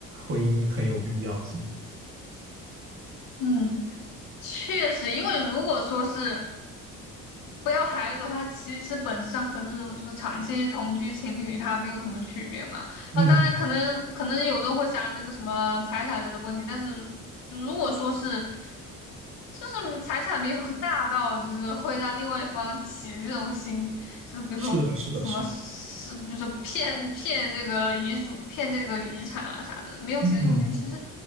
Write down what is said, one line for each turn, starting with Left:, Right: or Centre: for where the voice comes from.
Right: 婚姻很有必要性。
Left: 嗯，确实，因为如果说是不要孩子的话，其实本质上和那种就是长期同居情侣他没有什么区别嘛。
Right: 嗯，
Left: 那当然可能可能有的会想这个什么财产这类的问题，但是如果说是。就是财产没有 <laughs> 大到，就是会让另外一方起这种心，就是比如说什么是，
Right: 是的，是的，是
Left: 比如说骗骗这个遗嘱、骗这个遗产啊啥的，没有起诉种心，
Right: 的嗯
Left: 其实